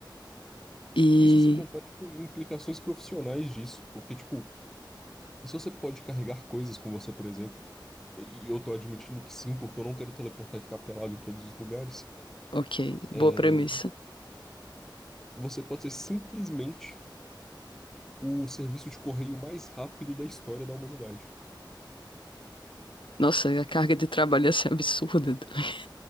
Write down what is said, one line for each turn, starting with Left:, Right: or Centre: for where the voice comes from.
Left: E,
Centre: Isso sem contar, tipo, implicações profissionais disso, porque, tipo, se você pode carregar coisas com você, por exemplo, e e eu tô admitindo que sim, porque eu não quero teleportar e ficar pelado em todos os lugares.
Left: ok, boa
Centre: é,
Left: premissa.
Centre: Você pode ser simplesmente o serviço de correio mais rápido da história da humanidade.
Left: Nossa, a carga de trabalho ia ser absurda. <laughs>